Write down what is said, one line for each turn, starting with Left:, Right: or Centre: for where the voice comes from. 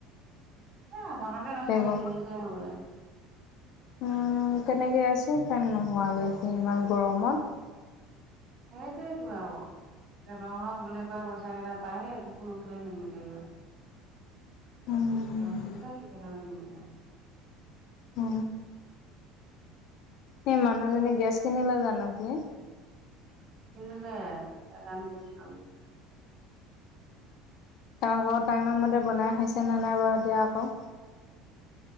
Right: এ মনতে নাথাকে
Left: বেগৰ
Right: নিনিলে হ'বলা।
Left: উম, কেনেকে আছেও ফেন নোহোৱকে সি ইমান গৰমত।
Right: সেইটোৱেতো আও লং লং বুলি কয় পইচা কেইটা পায়হে একো কোনোফালে নিমিলেগৈ।
Left: উম
Right: ইফালেও নিমিলে সিফালেও নিমিলে।
Left: উ। সেই মানুহজনী গেছ কিনিলে জানো সি।
Right: কিনিলে দাম বেছি ললে।
Left: তাৰ আকৌ টাইমৰ মতে বনাই খাইছেনে নাই বাৰু এতিয়া আকৌ।